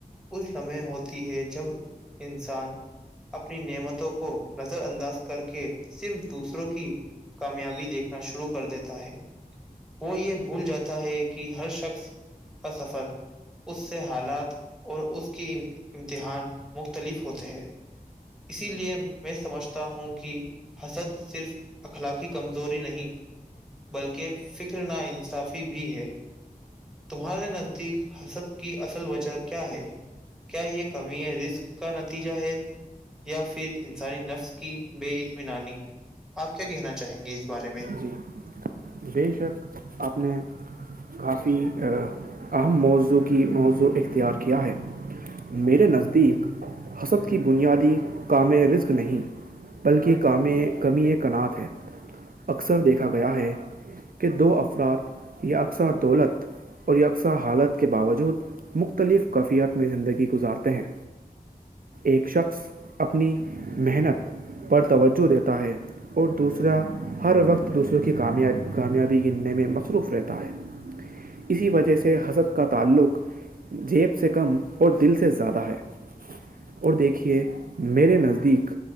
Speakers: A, in the centre; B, on the right.
A: اس لمحے ہوتی ہے جب انسان اپنی نعمتوں کو نظر انداز کر کے صرف دور دوسروں کی کامیابی دیکھنا شروع کر دیتا ہے وہ یہ بھول جاتا ہے کہ ہر شخص کا سفر اس سے حالات اور اس کی امتحان مختلف ہوتے ہیں اسی لیے میں سمجھتا ہوں کہ حسد صرف اخلاقی کمزوری نہیں بلکہ فکر ناانصافی بھی ہے تمہارے نزدیک حسد کی اصل وجہ کیا ہے کیا یہ کمی ہے رزک نتیجہ ہے یا پھر انسانی نفس کی بے اطمینانی آپ کیا کہنا چاہیں گے اس بارے میں
B: جی بے شک آپ نے کافی اہم موضوع کی موضوع اختیار کیا ہے میرے نزدیک حسد کی بنیادی کام رزک نہیں بلکہ کام کمی ایک کنات ہے اکثر دیکھا گیا ہے کہ دو افراد یا اکثر دولت اور یکساں حالت کے باوجود مختلف کفیت میں زندگی گزارتے ہیں ایک شخص اپنی محنت پر توجہ دیتا ہے اور دوسرا ہر وقت دوسروں کی کامیابی گننے میں مصروف رہتا ہے
A: <inaudible>
B: اسی وجہ سے حسب کا تعلق جیب سے کم اور دل سے زیادہ ہے اور دیکھیے میرے نزدیک